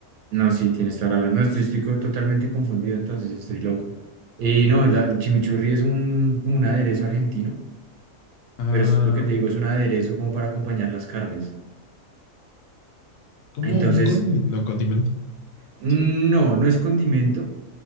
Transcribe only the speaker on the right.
No, sí, tienes toda la razón. No, estoy, estoy co- totalmente confundido, entonces estoy loco. Y no, la- el chimichurri es un, como un aderezo argentino,
pero es lo que te digo, es un aderezo como para acompañar las carnes.
Entonces,
no,
no es condimento